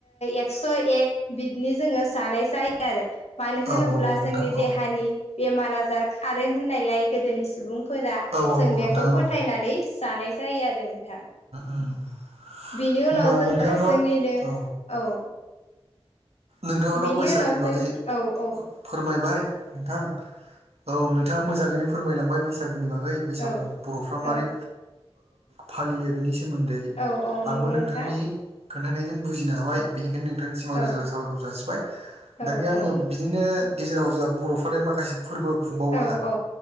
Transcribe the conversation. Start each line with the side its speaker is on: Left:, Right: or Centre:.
Left: एक्स एक बिदिनि जोंङो जानाय जायो आरो मानो होन
Right: औ औ औ।
Left: जोंनि
Right: नोंथां औ
Left: देहानि बेमार आजार खारो होननायलाय गोदोनि सुबुंफोरा
Right: औ औ
Left: जों बेखौ।
Right: नोंथां औ
Left: फोथायनानै जानाय जायो आरो नोंथां।
Right: <inaudible>
Left: बिनि
Right: होमबा
Left: उनाव जोंङो
Right: नोंथाङाथ'
Left: जोंनिनो
Right: औ
Left: औ।
Right: नोंथाङाथ
Left: बिनि
Right: बैसागुनि
Left: उनाव
Right: बागै
Left: जों औ औ
Right: फोरमायबाय नोंथां औ नों नोंथाङा मोजाङैनो फोरमायलांबाय बैसागुनि बागै बैसागु
Left: औ
Right: बरफ्रा मारै।
Left: औ
Right: फालियो बिनि सोमोन्दै
Left: औ औ नंगौ
Right: आंबो
Left: नोंथां
Right: नोंथांनि। खोन्थानायजों बुजिनो हाबाय बेनिखायनो नोंथांनिसिम आं रोजा
Left: औ
Right: रोजा। साबायखर जासिबाय दानिया
Left: औ
Right: आंङो
Left: औ
Right: बिदिनो गेजेराव जोंहा बरफ्रा दि माखासे फोरबो खुंबावोना
Left: औ औ